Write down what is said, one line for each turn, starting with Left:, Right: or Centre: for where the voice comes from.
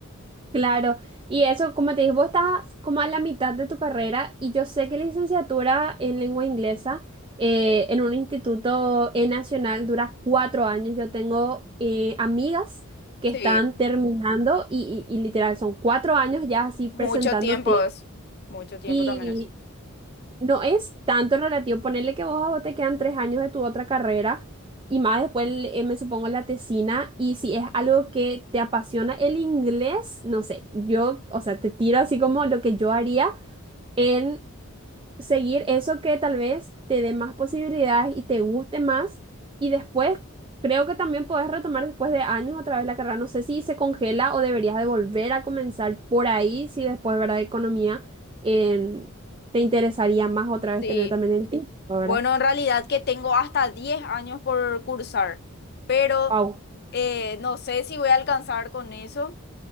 Right: Claro, y eso, como te dije, vos estás como a la mitad de tu carrera y yo sé que la licenciatura en lengua inglesa eh, en un instituto eh, nacional dura cuatro años. Yo tengo eh, amigas que
Left: Sí,
Right: están terminando y, y- y literal son cuatro años ya así presentando
Left: mucho tiempo es. Mucho tiempo
Right: tesis
Left: también es.
Right: No es tanto relativo. Ponerle que vos a vos te quedan tres años de tu otra carrera y más después, el- eh, me supongo, la tesina. Y si es algo que te apasiona el inglés, no sé, yo, o sea, te tiro así como lo que yo haría. en seguir eso que tal vez te dé más posibilidades y te guste más. Y después, creo que también podés retomar después de años otra vez la carrera. No sé si se congela o deberías de volver a comenzar por ahí, si después, ¿verdad? Economía, en- te interesaría más otra vez
Left: Sí,
Right: tener también el título, ¿verdad?
Left: bueno, en realidad que tengo hasta 10 años por cursar, pero
Right: Wow.
Left: eh, no sé si voy a alcanzar con eso,